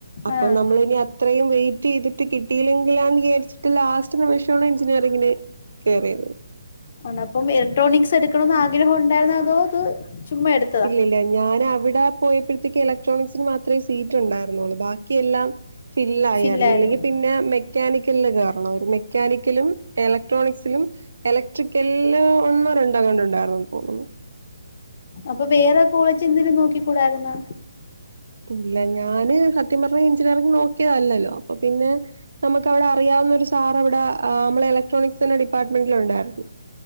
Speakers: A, on the right; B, on the left.
A: അപ്പൊ
B: ആഹ്
A: നമ്മള് ഇനി അ ത്രയും വെയിറ്റെയ്ത്ട്ട് കിട്ടിയില്ലെങ്കിലാന്ന് വിയാര്ച്ച്ട്ട് ലാസ്റ്റ്- സ്റ്റ് നിമിഷാണ് എചിനീയറിങ്ങിന് കേറിയത്
B: ആണ് അപ്പം ഇലക്ട്രോണിക്സ് എടുക്കണൊന്ന് ആഗ്രഹം ഉണ്ടായിരുന്നേ അതോ അത് ചുമ്മാ എട്
A: ഇല്ല ഇല്ല ഞാൻ അവിടെ പോയി ഇപ്പഴ്ത്തേക്ക് എലക്ട്രോണിക്സിന് മാത്രേ സീറ്റ് ഉണ്ടായിര്ന്നൊള്ളൂ ബാക്കി എല്ലാം ഫില്ലായായ്ര്ന്ന്
B: ഫില്ലായിരുന്നു
A: ഇല്ലെങ്കിപിന്നെ മെക്ക് മെക്കാനിക്കലിന് കേറണാേയ്ര്ന്ന് മെക്കാനിക്കലും എലക്ട്രോണിക്സിലും എലക്ട്രിക്കല്ല് ഒന്നോ രണ്ടോ ങ്ങാണ്ട് ഉണ്ടായിര്ന്നന്ന് തോന്നുന്നു
B: അപ്പ വേറെ കോളേജ് എന്ന്ലും നോക്കിക്കൂടായ്ര്ന്നോ
A: ഇല്ല ഞാന് സത്യം പർഞാ എഞ്ചിനീയറിംഗ് നോക്കിയതല്ലല്ലോ അപ്പ പിന്നെ നമക്ക് അവ്ടെ അറിയാവുന്ന ഒരു സാറവ്ടെ ആഹ് നമ്മള എലക്ട്രോണിക്സിന്റെ ഡിപ്പാർട്ട്മെന്റില് ഉണ്ടായിര്ന്നു